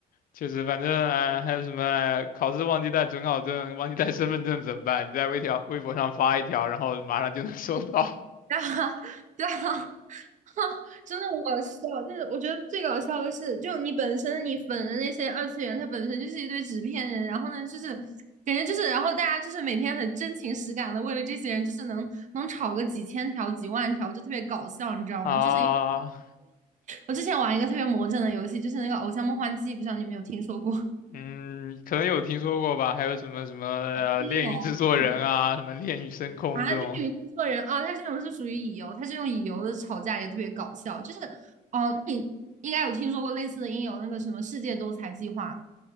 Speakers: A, on the left; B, on the right.
A: 确实，反正啊、呃还有什么、呃考试忘记带准考证、忘记带身份证怎么办？你在微条微博上发一条，然后马上就能收到
B: 对啊，对啊，<laughs> 真的很搞笑。但是我觉得最搞笑的是，就你本身你粉的那些二次元，它本身就是一堆纸片人，然后呢，就是感觉就是，然后大家就是每天很真情实感的为了这些人，就是能能吵个几千条、几万条，就特别搞笑，你知道吗？
A: <laughs> 啊。
B: 就是。我之前玩一个特别魔怔的游戏，就是那个《偶像梦幻祭》，不知道你有没有听说过？<laughs>
A: 嗯，可能有听说过吧？还有什么什么呃，
B: 乙游是
A: 炼狱制作人啊，什么炼狱深空这种
B: 啊，绿以为错人啊？他这种是属于乙游，他这种乙游的吵架也特别搞笑。就是哦，那你应该有听说过类似的音游，那个什么世界多才计划，